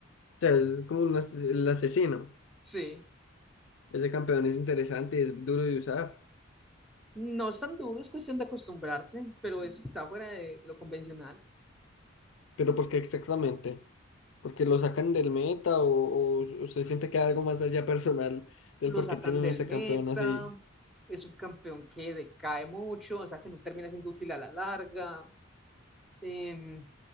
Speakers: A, on the left; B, in the centre.
A: O sea, es como un as- el asesino.
B: Sí.
A: Es de campeón, es interesante, es duro de usar.
B: No es tan duro, es cuestión de acostumbrarse, pero es- está fuera de de lo convencional.
A: ¿Pero por qué exactamente? ¿Porque lo sacan del meta o, o- o se siente que hay algo más allá personal del
B: lo
A: por
B: sacan
A: qué tienen
B: del
A: ese
B: meta,
A: campeón así?
B: es un campeón que decae mucho, o sea que no termina siendo útil a la larga. Em,